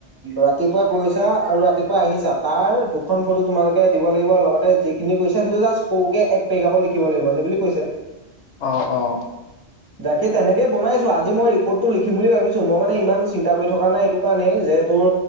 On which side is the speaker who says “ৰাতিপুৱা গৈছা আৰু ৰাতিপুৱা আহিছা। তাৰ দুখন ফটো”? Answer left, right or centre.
Right